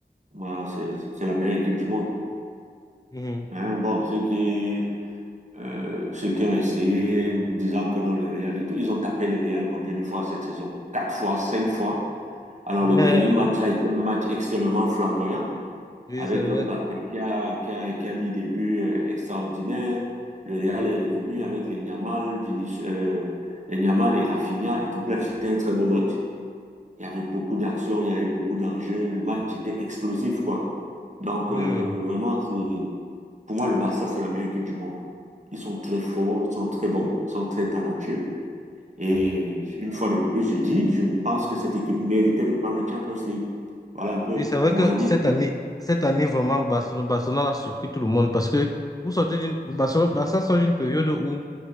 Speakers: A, on the right (about 45°); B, on the left (about 20°).
A: Bah, c'est c'est la meilleure équipe du monde.
B: Mhm.
A: Hein, bon, ceux qui, euh, ceux qui ont essayé, disant que non, le Real, et tout, ils ont tapé le Real combien de fois cette saison? Quatre fois, cinq fois. Alors,
B: <laughs>
A: le dernier match a été un match extrêmement flamboyant,
B: Oui,
A: avec
B: c'est vrai.
A: un Mbappé qui a, qui a, qui a mis des buts euh, extraordinaires. Le Real est revenu avec les Yamal, Vinicius- euh, les Yamal et Rafinha et tout. Bref, c'était un très beau match. Il y avait beaucoup d'actions, il y avait beaucoup d'enjeux. Le match était explosif, quoi. Donc,
B: Oui,
A: euh,
B: oui.
A: vraiment, c'est... Pour moi, le Barça, c'est la meilleure équipe du monde. Ils sont très forts, ils sont très bons, ils sont très talentueux. Et une fois de plus, je dis, je pense que cette équipe méritait de prendre la Champions League. Voilà un peu,
B: Oui, c'est vrai
A: c'est mon
B: que
A: avis.
B: cette année, cette année vraiment, le Barcelone, Barcelone a surpris tout le monde parce que vous sortez d'une, le Barcelone, Barça sort d'une période où